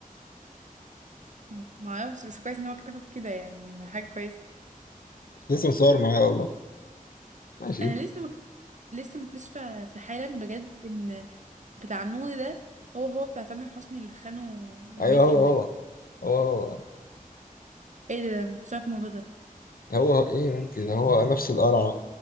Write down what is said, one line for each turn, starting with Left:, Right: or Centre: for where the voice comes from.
Right: يعني معرفش بس كويس إن هو اكتفى بكده يعني ده حاجة كويسة
Left: لسه مصور معايا والله ماشي
Right: أنا لسه مك... لسه مكتشفة في حالا بجد إن بتاع النور ده هو هو بتاع تامر حسني اللي خانه مع
Left: أيوه
Right: ميس
Left: هو
Right: حمدان
Left: هو هو
Right: ايه ده ما كنتش عارف الموضوع ده
Left: هو هو إيه يا بنتي ده هو نفس القرعة